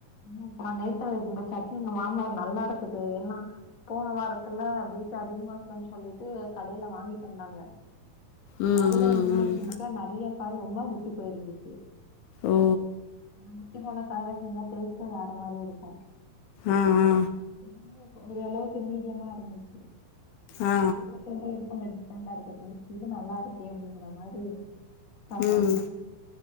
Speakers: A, on the left (about 30°); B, on the left (about 75°).
A: ம் இப்ப நாங்க நேத்துதா இந்த சட்னி எங்க மாமனார் நல்லா இருக்குது ஏன்னா போன வாரத்துல பீஸ் அதிகமா இருக்குனு சொல்லிட்டு கடைல வாங்கிட்டு வந்தாங்க
B: ம்
A: அதுல
B: ம்
A: என்ன
B: ம்
A: ஆச்சுன்னக்க நறைய காய் ரொம்ப முத்தி போயிருந்துச்சு
B: ஓ
A: ம் <unintelligible> பேச்சே வேற மாரி இருக்கூ
B: ஆ ஆ
A: இதனால ஒரு அளவுக்கு மீடியமா இருந்துச்சு
B: ஆ ஆ
A: எதுல தந்தா இது பண்ணங்க வேண்டா இருக்கட்டு இது நல்லா இருக்கே அப்டிங்கற மாரி சாப்ட்டாங்க
B: ம்